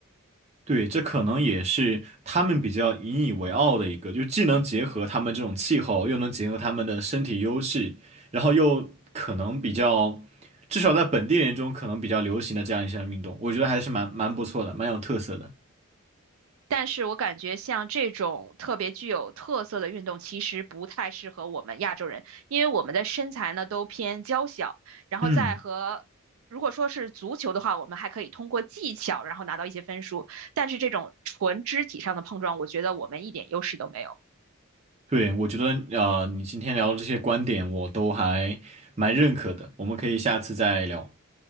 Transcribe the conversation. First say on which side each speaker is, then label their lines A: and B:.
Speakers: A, on the right; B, on the right.
A: 对，这可能也是他们比较引以为傲的一个，就既能结合他们这种气候，又能结合他们的身体优势，然后又可能比较，至少在本地人中可能比较流行的这样一项运动，我觉得还是蛮蛮不错的，蛮有特色的。
B: 但是我感觉像这种特别具有特色的运动，其实不太适合我们亚洲人，因为我们的身材呢都偏娇小，然后再和。
A: 嗯，
B: 如果说是足球的话，我们还可以通过技巧，然后拿到一些分数。但是这种纯肢体上的碰撞，我觉得我们一点优势都没有。
A: 对，我觉得呃，你今天聊的这些观点我都还蛮认可的，我们可以下次再聊。